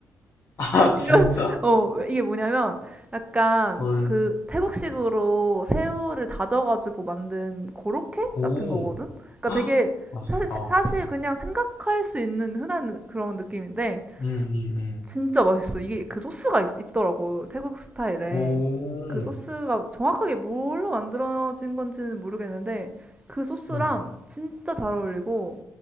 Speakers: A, on the left (about 45°); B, on the right (about 20°).
A: 아 진짜?
B: 이런, <laughs> 어, 이게 뭐냐면, 약간,
A: 헐.
B: 그, 태국식으로 새우를 다져가지고 만든 고로케
A: 오.
B: 같은 거거든? 그러니까
A: <gasps> 헉,
B: 되게,
A: 맛있겠다.
B: 사실, 사실 그냥 생각할 수 있는 흔한 그런 느낌인데,
A: 음음음.
B: 진짜 맛있어. 이게 그 소스가 있, 있더라고, 태국 스타일에.
A: 오.
B: 그 소스가 정확하게 뭘로 만들어진 건지는 모르겠는데, 그 소스랑
A: 음.
B: 진짜 잘 어울리고,